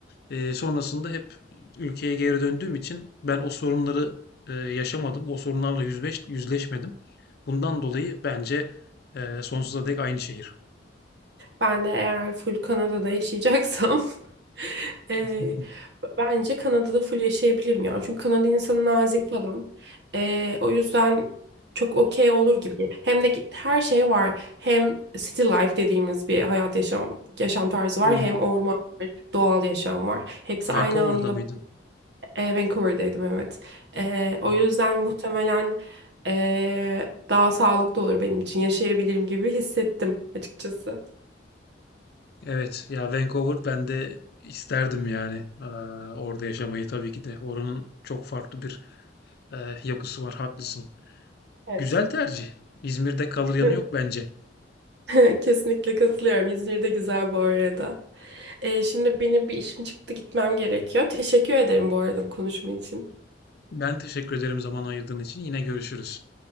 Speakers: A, on the left; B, on the right.
A: Ee, sonrasında hep ülkeye geri döndüğüm için ben o sorunları e, yaşamadım. O sorunlarla yüzleş, yüzleşmedim. Bundan dolayı bence e, sonsuza dek aynı şehir.
B: Ben de eğer full Kanada'da yaşayacaksam <laughs> eee,
A: <laughs>
B: bence Kanada'da full yaşayabilirim ya. Çünkü Kanada insanı nazik falan. Eee, o yüzden çok okey olur gibi. Hem de ki- her şey var. Hem city life dediğimiz bir hayat yaşam yaşam tarzı var.
A: Hı.
B: Hem orman var, doğal yaşam var. Hepsi
A: Vancouver'da
B: aynı anda
A: mıydın?
B: eee, Vancouver'daydım evet. Eee,
A: Hı.
B: o yüzden muhtemelen eee, daha sağlıklı olur benim için yaşayabilirim gibi hissettim açıkçası.
A: Evet ya Vancouver ben de isterdim yani Ee, orada yaşamayı tabii ki de. Oranın çok farklı bir e, yapısı var haklısın.
B: Evet.
A: Güzel tercih. İzmir'de kalır yanı
B: <laughs>
A: yok bence.
B: <laughs> Kesinlikle katılıyorum. İzmir de güzel bu arada. Ee, şimdi benim bir işim çıktı gitmem gerekiyor. Teşekkür ederim bu arada bu konuşma için.
A: Ben teşekkür ederim zaman ayırdığın için. Yine görüşürüz.